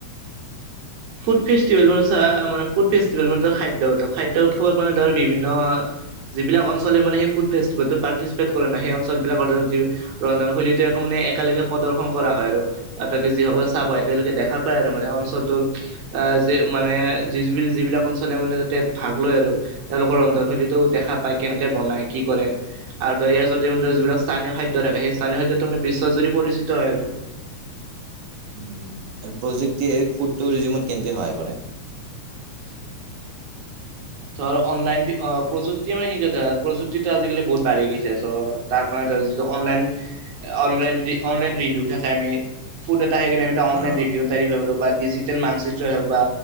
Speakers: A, on the right; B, on the right.
A: ফুড ফেষ্টিভেলৰ মানে চা মানে ফুড ফেষ্টভেল মানে খাদ্য খাদ্যতকৈ উৎসৱত মানে ধৰ বিভিন্ন। যিলাক অল চলে মানে সেই ফুডফেষ্ট পাৰ্তিচিপেট কৰে নাই সেই অঞ্চলবিলাকৰ ধৰ ৰন্ধনশৈলী। তিয়াকৌ মানে একেলগে প্ৰদৰ্শন কৰা হয় আৰু বা তাতে যিসকলে চাব হয় তেওঁলোকে দেখা পায় আৰু। মানে অঞ্চলটোৰ আহ যি মানে যি যিবিলাক অঞ্চলে মানে তাতে ভাগ লয় আৰু। তেওঁলোকৰ ৰন্ধনশৈলীতো দেখা পায় কেনেকে বনাই কি কৰে আৰু ধৰি ইয়াৰ যি যিবিলাক স্থানীয় খাদ্য। সেই স্থানীয় খাদ্যটো মানে বিশ্বাস জুৰি পৰিচিত হয় আৰু।
B: আৰু প্ৰযুক্তিয়ে ফুডটৰিজিমন কেনেকে সহায় কৰে।
A: <unintelligible> ধ অনলাইন অ প্ৰযুক্তি আমাৰ কি কৈ প্ৰযুক্তিটো আজিকালি বহুত বাঢ়ি গৈছে চ তাৰ কাৰণে। যিটো অনলাইন অনলাইন যদি অনলাইন ৰিভিউ থাকে আমি ফুড। চাই কিনে এটা অনলাইন
B: অ',
A: ৰিভিউ এটা দিব পাৰোঁ। ডিজিটেল মানচিত্ৰই হওক বা